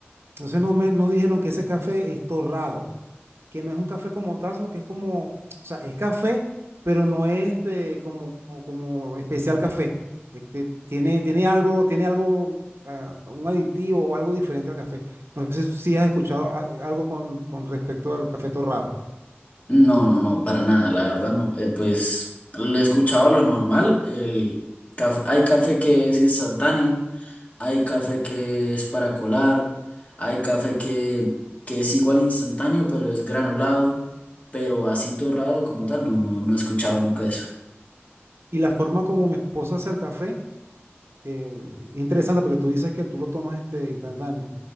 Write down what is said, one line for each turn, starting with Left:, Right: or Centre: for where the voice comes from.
Right: Entonces, nos, me- nos dijeron que ese café es torrado que no es un café como tal, sino que es como, o sea, es café, pero no es este, como, como especial café. Este, tiene, tiene algo, tiene algo, ah, un aditivo o algo diferente al café. No sé si has escuchado a- algo con, con respecto al café torrado.
Left: No, no, no, para nada, la verdad no. Eh, pues lo he escuchado lo normal. El caf- hay café que es instantáneo, hay café que es para colar, hay café que, que es igual instantáneo, pero es granulado, pero así torrado como tal, no, no, no he escuchado nunca eso.
Right: Y la forma como mi esposa hace el café, que es interesante porque tú dices que tú lo tomas este, instantáneo.